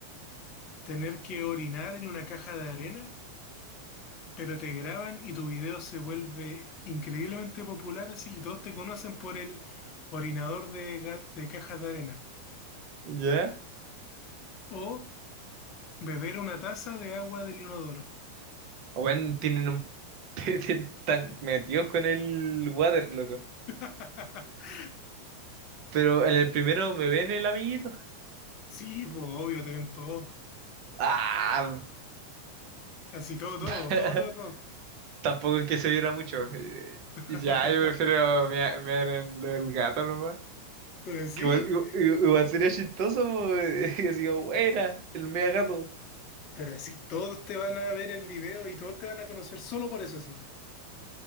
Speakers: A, on the left; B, on the right.
A: ¿Tener que orinar en una caja de arena pero te graban y tu video se vuelve increíblemente popular así y todos te conocen por el orinador de, ga- de cajas de arena
B: ya.
A: o beber una taza de agua del inodoro.
B: Bueno, tienen un... <laughs> tienen tan metidos con el water, loco.
A: <laughs>
B: Pero en el primero me ven el amiguito.
A: Sí, pues obvio, te ven todo.
B: Ah,
A: Así todo, todo,
B: <laughs>
A: todo, todo, todo.
B: tampoco es que se viera mucho. Eh,
A: <laughs>
B: Ya, yo prefiero mea- mear en lo del gato nomás.
A: Entonces
B: Que
A: sí,
B: igual, igu- igu- igual sería chistoso, po, eh, <laughs> así como, "Wey, era el mea gato.
A: pero así todos te van a ver el video y todos te van a conocer solo por eso, sí.